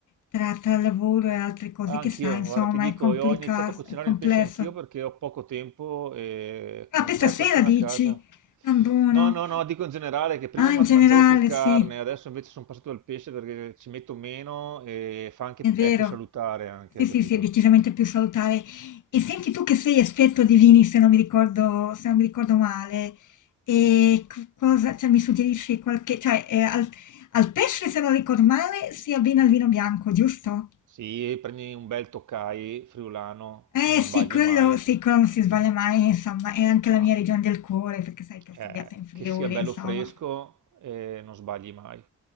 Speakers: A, on the left; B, on the right.
A: tra, tra lavoro e altre cose
B: Ah,
A: che
B: Anch'io,
A: sai, insomma,
B: guarda, ti dico,
A: è complica-
B: io ho iniziato a cucinare
A: è complesso.
B: il pesce anch'io perché ho poco tempo e
A: Ah,
B: con
A: per stasera
B: tre persone
A: dici?
B: a casa.
A: Ah, buono.
B: No, no, no, dico in generale che prima
A: Ah,
B: ma-
A: in generale,
B: mangiavo più carne,
A: sì,
B: adesso invece sono passato al pesce perché ci metto meno e fa anche,
A: è vero.
B: è più salutare anche,
A: Sì, sì,
B: capito?
A: sì, è decisamente più salutare. E senti tu che sei esperto di vini, se non mi ricordo, se non mi ricordo male, e co- cosa, cioè, mi suggerisci qualche, cioè, eh, al, al pesce, se non ricordo male, si abbina il vino bianco, giusto?
B: Sì, prendi un bel Tokai friulano
A: Eh
B: e non
A: sì,
B: sbagli
A: quello,
B: mai,
A: sì, quello non si sbaglia mai, insomma, è anche la
B: mai.
A: mia regione del cuore, perché sai che ho
B: Eh,
A: studiato in Friuli,
B: che sia bello
A: insomma.
B: fresco e non sbagli mai,